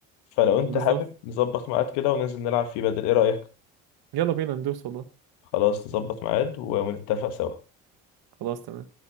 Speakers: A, on the left; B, on the right.
A: فلو انت
B: بالظبط
A: حابب نظبط ميعاد كده وننزل نلعب فيه بدل ايه رأيك
B: يلا بينا ندوس والله
A: خلاص نظبط ميعاد ونتفق سوا
B: خلاص تمام